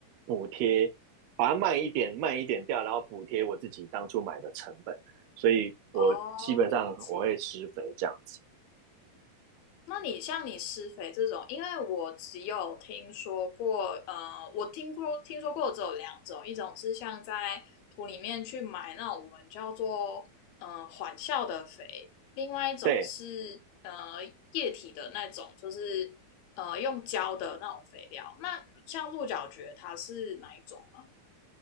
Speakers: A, on the right; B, on the left.
A: 补贴，把它卖一点，卖一点掉，然后补贴我自己当初买的成本。所以我基本上我会施肥这样子。
B: 哦，理解。那你像你施肥这种，因为我只有听说过，呃，我听过听说过只有两种，一种是像在土里面去埋那种我们叫做呃缓效的肥，另外一种是呃液体的那种，
A: 对，
B: 就是呃用胶的那种肥料。那像鹿角蕨它是哪一种啊？